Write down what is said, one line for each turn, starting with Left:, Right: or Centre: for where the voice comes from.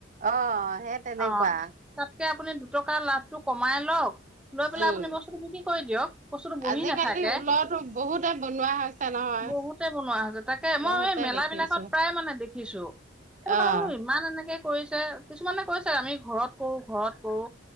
Right: অঁ সে তেনেকুৱা।
Centre: অ তাতকে আপুনি দুটকা লাভটো কমাই লওক- লৈ পেলাই
Right: উম।
Centre: আপুনি বস্তুটো বিক্ৰী কৰি দিয়ক বস্তুটো বহি
Right: আজিকালি
Centre: নাথাকে।
Right: ঊলৰতো বহুতে বনোৱা হৈছে নহয়।
Centre: বহুতে বনোৱা হৈছে তাকে,
Right: বহুতে
Centre: মই এই মেলা
Right: দেখিছো
Centre: বিলাকত প্ৰায় মানে দেখিছো। সেটো কাৰণে
Right: অ',
Centre: বোলো ইমান এনেকে- কৰিছে কিছুমানে কৈছে আমি ঘৰত কৰো ঘৰত কৰো।